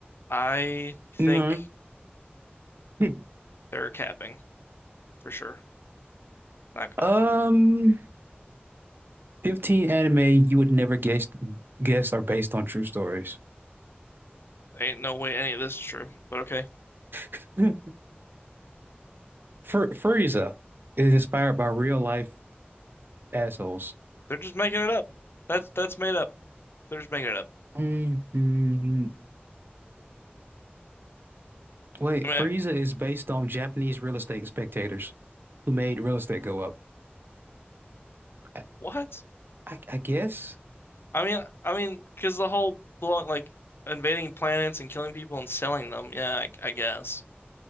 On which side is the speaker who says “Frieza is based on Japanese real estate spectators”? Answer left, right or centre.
Right